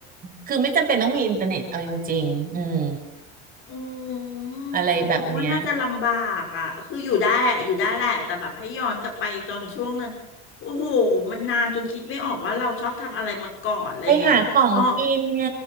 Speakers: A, on the right (about 30°); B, on the left (about 45°).
A: คือไม่จำเป็นต้องมีอินเทอร์เน็ตเอาจริงๆอืม
B: อืม
A: อะไรแบบเนี้ย
B: แต่อ้วนน่าจะลำบากอ่ะคืออยู่ได้อะอยู่ได้แหละแต่แบบให้ย้อนกลับไปตอนช่วงนั้นโอ้โหมันนานจนคิดไม่ออกว่าเราชอบทำอะไรมาก่อนอะไรเงี้ยอ๋อ
A: ไปหาของกินไง